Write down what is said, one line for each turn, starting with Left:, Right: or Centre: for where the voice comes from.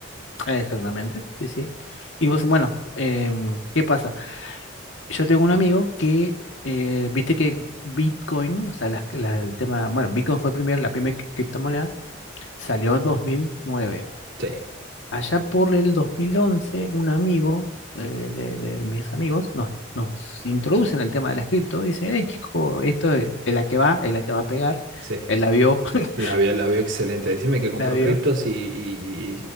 Left: Exactamente, sí, sí. Y vos, bueno, em, ¿qué pasa? Yo tengo un amigo que, eh, viste que Bitcoin, o sea, las- la- el tema, bueno, Bitcoin fue el primer, la primera criptomoneda, salió en dos mil nueve
Right: Sí,
Left: Allá por el 2011 un amigo eh, de, de mis amigos nos, nos introduce en el tema de las cripto, dice, hey chico, esto es, es la que va, es la que va a pegar,
Right: sí.
Left: él la vio, <laughs>
Right: La vio, la vio excelente. Decime que compró
Left: la vio.
Right: criptos y, y-